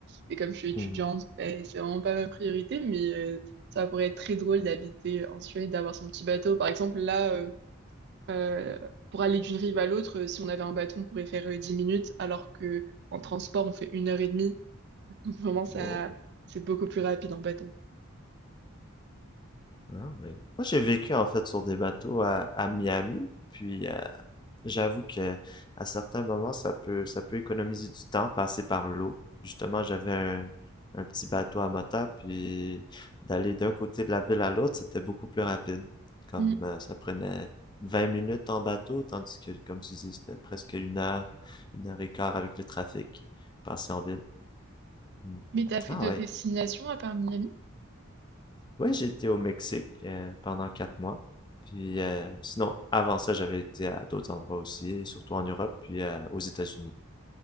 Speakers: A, on the right (about 55°); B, on the left (about 20°).
A: Et comme je suis étudiante,
B: Hmm.
A: ben, c'est vraiment pas ma priorité, mais euh, ça pourrait être très drôle d'habiter en Suède, d'avoir son petit bateau. Par exemple, là, euh, euh, pour aller d'une rive à l'autre, euh, si on avait un bateau, on pourrait faire euh, 10 minutes, alors que en transport, on fait une heure et demie. Donc vraiment, ça,
B: Wow.
A: c'est beaucoup plus rapide en bateau.
B: Ah, oui. Moi, j'ai vécu en fait sur des bateaux à, à Miami, puis euh, j'avoue que à certains moments, ça peut, ça peut économiser du temps, passer par l'eau. Justement, j'avais un, un petit bateau à moteur, puis d'aller d'un côté de la ville à l'autre, c'était beaucoup plus rapide. Comme
A: Hmm.
B: euh, ça prenait 20 minutes en bateau, tandis que, comme tu dis, c'était presque une heure, une heure et quart avec le trafic, passer en ville. Mm.
A: Mais t'as fait
B: Ah
A: d'autres
B: ouais.
A: destinations à part Miami?
B: Ouais, j'étais au Mexique euh, pendant quatre mois. Puis euh, sinon, avant ça, j'avais été à d'autres endroits aussi, surtout en Europe, puis euh, aux États-Unis.